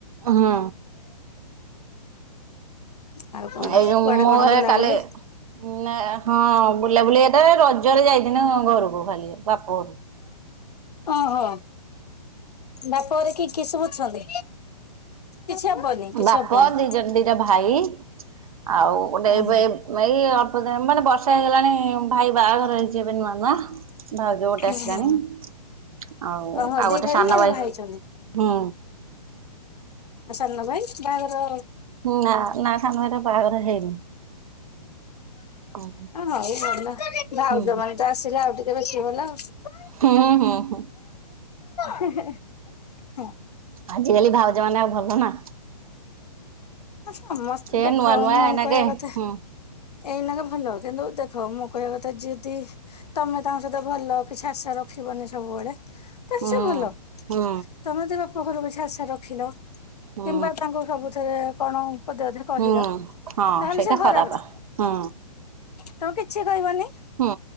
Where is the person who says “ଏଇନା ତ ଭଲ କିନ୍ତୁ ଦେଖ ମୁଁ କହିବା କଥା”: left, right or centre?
Left